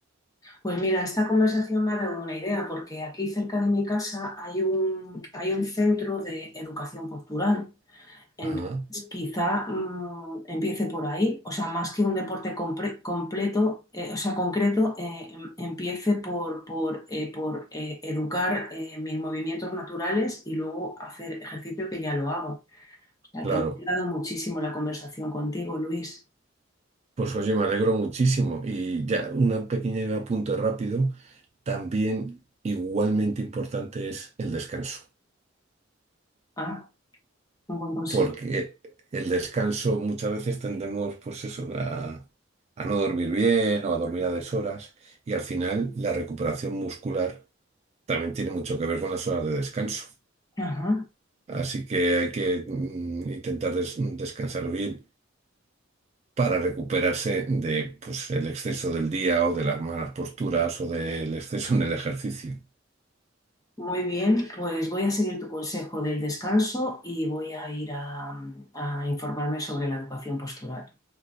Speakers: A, on the left; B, on the right.
A: Pues mira, esta conversación me ha dado una idea, porque aquí cerca de mi casa hay un, hay un centro de educación postural. Entonces,
B: Ajá,
A: quizá mm, empiece por ahí, o sea, más que un deporte compre- completo, eh, o sea, concreto, eh, em- empiece por, por, eh, por eh, educar eh, mis movimientos naturales y luego hacer ejercicio que ya lo hago. O sea,
B: claro.
A: que me ha dado muchísimo la conversación contigo, Luis.
B: Pues oye, me alegro muchísimo. Y ya una pequeña apunte rápido. También igualmente importante es el descanso,
A: Ah, un buen consejo.
B: porque el descanso muchas veces tendemos, pues eso, a, a no dormir bien o a dormir a deshoras y al final la recuperación muscular También tiene mucho que ver con las horas de descanso.
A: Ajá.
B: Así que hay que mm, intentar des- descansar bien para recuperarse de, pues, el exceso del día o de las malas posturas o del exceso en el ejercicio.
A: Muy bien, pues voy a seguir tu consejo del descanso y voy a ir a, a informarme sobre la educación postural.